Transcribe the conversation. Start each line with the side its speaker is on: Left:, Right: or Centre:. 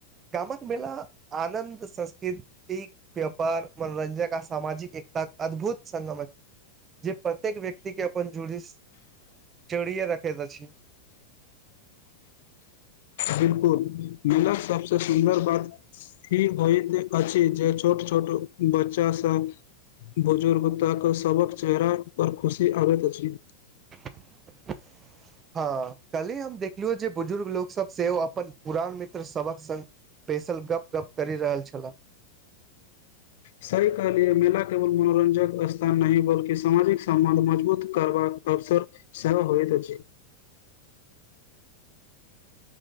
Right: गामक मला आनन्द संस्कृतिक व्यापार मनोरंजन आ सामाजिक त अद्भुत सगम अछि जे प्रत्येक व्यक्ति के अपन जुड़ी जड़िय राखैत छी
Left: बिल्कुल मिलक सभसे सुन्दर बात होइत अछि जे छोट छोट छोट बच्चा सभ बुजुर्ग ताके सभक चेहरा पर खुशी आबैत अछि
Right: <unintelligible> ह कल्हि हम देखलियौ जे बुजुर्ग लोकसभ सेहो अपन पुरान मित्र सबक संग बैसल गप गप करि रहल छलाह
Left: सहि कलिय मेल केवल मनोरंजक नहि बल्कि सामाजिक सम्बन्ध मजबूत करबाक अवसर सेहो होइत अछि
Right: <inaudible>